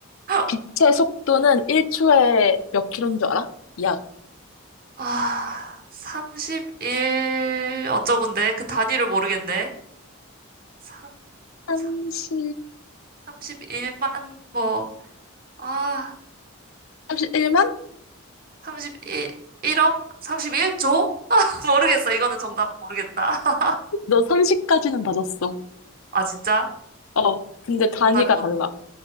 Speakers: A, on the right; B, on the left.
A: <laughs>
B: 빛의 속도는 1초에 몇 킬로인 줄 알아? 약
A: 아, 31 어쩌군데? 그 단위를 모르겠네. 3,
B: 30...
A: 3, 31만, 뭐, 아,
B: 31만?
A: 31, 1억? 31조? <laughs> 모르겠어. 이거는 정답 모르겠다. <laughs>
B: 너 30까지는 맞았어.
A: 아, 진짜?
B: 어, 근데 단위가
A: 정답이 뭔데?
B: 달라.